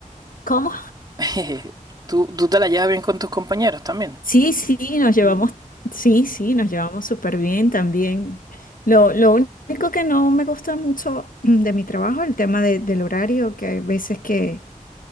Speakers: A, on the left; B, on the right.
A: ¿Cómo?
B: <laughs> ¿Tú, tú te la llevas bien con tus compañeros también?
A: Sí, sí, nos llevamos,
B: Mm.
A: sí, sí, nos llevamos súper bien también. Lo, lo único que no me gusta mucho mm, de mi trabajo, el tema de- del horario, que hay veces que